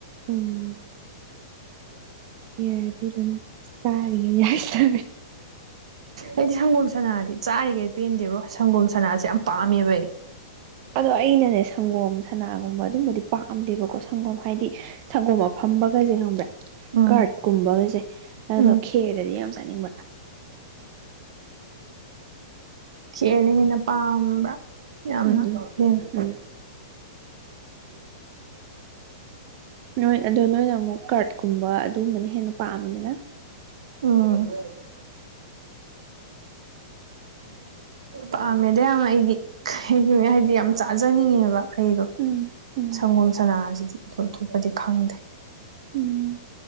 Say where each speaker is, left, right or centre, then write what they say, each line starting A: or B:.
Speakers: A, on the right; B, on the right.
A: ꯎꯝ ꯈꯦꯔꯗꯤ ꯑꯗꯨ ꯁꯥꯔ ꯌꯦ ꯌꯥꯏ ꯁ
B: ꯑꯩꯗꯤ ꯁꯪꯒꯣꯝ ꯁꯥꯅꯥꯗꯤ ꯆꯥꯔꯤꯈꯩ ꯄꯦꯟꯗꯦꯕꯣ ꯁꯪꯒꯣꯝ ꯁꯥꯅꯥꯁꯦ ꯌꯥꯝ ꯄꯥꯝꯃꯦꯕ ꯑꯩꯗꯤ
A: ꯑꯗꯣ ꯑꯩꯅꯅꯦ ꯁꯪꯒꯣꯝ ꯁꯅꯥꯒꯨꯝꯕ ꯑꯗꯨꯝꯕꯗꯤ ꯄꯥꯝꯗꯦꯕꯀꯣ ꯁꯪꯒꯣꯝ ꯍꯥꯏꯗꯤ ꯁꯪꯒꯣꯝ ꯑꯃ ꯐꯝꯕꯒꯩꯁꯦ ꯈꯪꯕ꯭ꯔꯥ
B: ꯎꯝ
A: ꯀꯥꯔꯠꯀꯨꯝꯕꯈꯩꯁꯦ ꯑꯗꯨꯒ
B: ꯎꯝ
A: ꯈꯦꯔꯗꯗꯤ ꯌꯥꯝ ꯆꯥꯅꯤꯡꯕ
B: ꯈꯦꯔꯅ ꯍꯦꯟꯅ ꯄꯥꯝꯕ꯭ꯔꯥ ꯌꯥꯝꯅ
A: ꯎꯝ
B: ꯍꯦꯟꯅ
A: ꯎꯝ ꯅꯣꯏ ꯑꯗꯣ ꯅꯣꯏꯅ ꯑꯃꯨꯛ ꯀꯥꯔꯠꯀꯨꯝꯕ ꯑꯗꯨꯒꯨꯝꯕꯅ ꯍꯦꯟꯅ ꯄꯥꯝꯃꯤꯅꯅ
B: ꯎꯝ ꯄꯥꯝꯃꯦꯗ ꯌꯥꯝ ꯑꯩꯗꯤ ꯍꯥꯏꯗꯤ ꯌꯥꯝ ꯆꯥꯖꯅꯤꯡꯉꯦꯕ ꯑꯩꯩꯗꯣ
A: ꯎꯝ ꯎꯝ
B: ꯁꯪꯒꯣꯝ ꯁꯅꯥꯁꯤꯗꯤ ꯑꯗꯨꯣ ꯊꯣꯛꯣꯞꯄꯗꯤ ꯈꯪꯗꯦ
A: ꯎꯝ